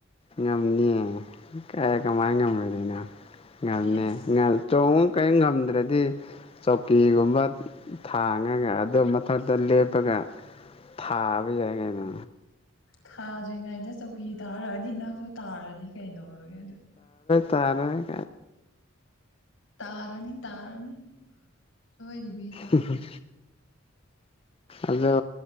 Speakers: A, on the left (about 30°); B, on the left (about 80°).
A: ꯉꯝꯅꯤꯌꯦ ꯀꯥꯏ ꯀꯃꯥꯏꯅ ꯉꯝꯃꯣꯏꯗꯩꯩꯅꯣ ꯉꯝꯅꯦ
B: ꯍꯦꯁ
A: ꯀꯔꯤ ꯉꯝꯗ꯭ꯔꯗꯤ ꯆꯧꯀꯤꯒꯨꯝꯕ ꯊꯥꯡꯉꯒ ꯑꯗꯨ ꯃꯊꯛꯇ ꯂꯦꯞꯄꯒ ꯊꯥꯕ ꯌꯥꯏ ꯀꯩꯅꯣ
B: ꯊꯥꯗ꯭ꯔꯤꯉꯩꯗ ꯆꯧꯀꯤ ꯇꯥꯔꯛꯑꯗꯤ ꯅꯪꯁꯨ ꯇꯥꯔꯗꯤ ꯀꯩꯗꯧꯔꯒꯦ ꯑꯗꯨ
A: ꯇꯔꯣꯏ
B: ꯇꯥꯔꯅꯤ ꯇꯥꯔꯅꯤ ꯁꯣꯏꯗꯕꯤ
A: ꯎꯝ ꯍꯨꯝ
B: <inaudible>
A: ꯑꯗꯣ